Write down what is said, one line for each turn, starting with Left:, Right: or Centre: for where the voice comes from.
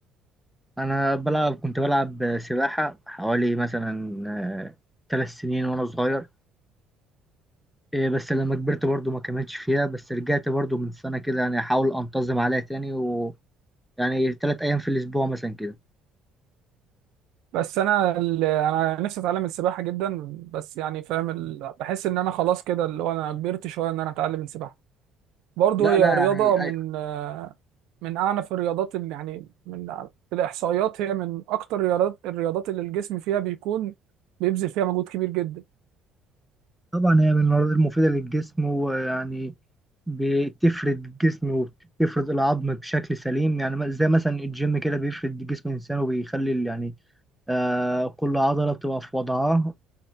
Centre: أنا بلعب كنت بلعب سباحة حوالي مثلا آه، ثلاث سنين وأنا صغير آه، بس لما كبرت برضو ما كملتش فيها بس رجعت برضو من سنة كده يعني أحاول أنتظم عليها تاني ويعني ثلاث أيام في الأسبوع مثلا كده
Right: بس انا ال- انا نفسي اتعلم السباحة جدا بس يعني فاهم ال... بحس ان انا خلاص كده اللي هو انا كبرت شوية ان انا اتعلم السباحة برضه
Centre: لا
Right: هي
Centre: لا
Right: رياضة
Centre: يعني
Right: من آه من اعنف الرياضات اللي يعني من في الاحصائيات هي من اكتر الرياضات الرياضات اللي الجسم فيها بيكون بيبذل فيها مجهود كبير جدا
Centre: طبعا هي من المواد المفيدة للجسم ويعني بتفرد الجسم وبتفرد العظم بشكل سليم يعني م- زي مثلا الجيم كده بيفرد جسم الإنسان وبيخلي ال- يعني آه كل عضلة بتبقى في وضعها